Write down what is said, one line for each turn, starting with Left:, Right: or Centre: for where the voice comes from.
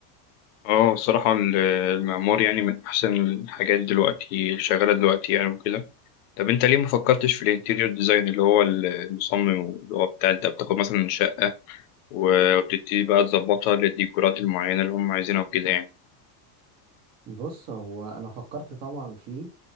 Left: اه الصراحة ال- المعمار يعني من أحسن الحاجات دلوقتي شغالة دلوقتي يعني وكده طب أنت ليه ما فكرتش في الانتيريور ديزاين اللي هو المصمم اللي هو بتاع أنت بتاخد مثلا شقة وبتبتدي بقى تظبطها للديكورات المعينة اللي هم عايزينها وكده يعني
Right: بص هو انا فكرت طبعا فيه